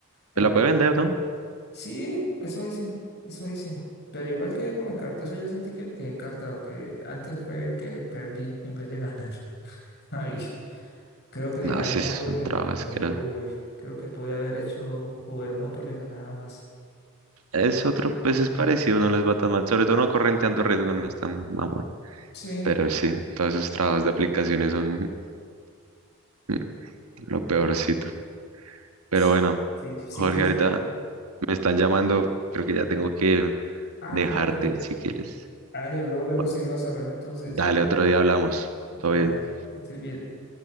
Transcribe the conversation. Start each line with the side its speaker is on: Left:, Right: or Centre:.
Left: Pero
Right: Pero la
Left: bueno,
Right: puede vender, ¿no?
Left: sí, eso hice, eso hice. Pero igual que como encartado, o sea, yo sentí que me quedé encartado, que antes fue que perdí en vez de ganar. <laughs> Ahí, creo que le
Right: No,
Left: gana
Right: sí
Left: más
Right: es
Left: lo
Right: un
Left: de,
Right: trabajo asqueroso.
Left: lo de Uber. Creo que pude haber hecho Uber Moto, le ganaba más.
Right: Es otro, pues es parecido, no les va tan mal. Sobre todo no corren tanto riesgo, no es tan mamón.
Left: Sí,
Right: Pero sí, todos esos trabajos de aplicaciones son <laughs> mm, lo peorcito. Pero
Left: sí,
Right: bueno,
Left: sí, sí
Right: Jorge,
Left: que es.
Right: ahorita me están llamando. Creo que ya tengo que
Left: Ah,
Right: dejarte
Left: Juan Andrés,
Right: si quieres.
Left: hágale, bro, luego
Right: Bueno,
Left: seguimos hablando entonces.
Right: Dale, otro día hablamos.
Left: Dale,
Right: Todo bien.
Left: que estés bien.